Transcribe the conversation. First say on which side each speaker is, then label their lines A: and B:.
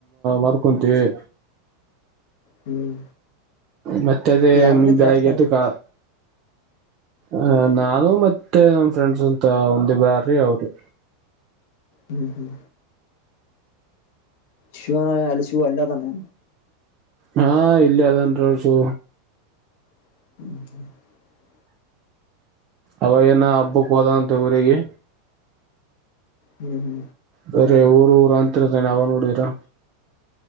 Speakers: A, on the right; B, on the left.
A: ಮರ್ಕೊಂತೀವಿ
B: ಹ್ಮ್
A: ಮತ್ತ ಅದೇ
B: ಯಾರಾರಿದ್ರ
A: ಬೆಳಗ್ಗೆ
B: ಅಸ್ಲಾಗ
A: ಎದ್ದ ಕ ಹ ನಾನು ಮತ್ತೆ ನಮ ಫ್ರೆಂಡ್ಸ್ ಅಂತ ಒಂದಿಬರ್ರಿ ಅವರು
B: ಹ್ಮ್ ಹ್ಮ್ ಶಿವನ ಅಲ್ಲಿ ಶಿವ ಅಲ್ಲಾ ತನ್ನೇ
A: ಹಾ ಇಲ್ಲಿ ಅದನ್ಳ್ಸು
B: <inaudible>
A: ಅವಾಗೇಏನ ಹಬ್ಬಕ್ೋದಂತೆ ಊರಿಗೆ
B: ಹ್ಮ್ ಹ್ಮ್
A: ಬೇರೆ ಊರು ಊರು ಅಂತರದನೆ ಅವ ನೋಡಿದರ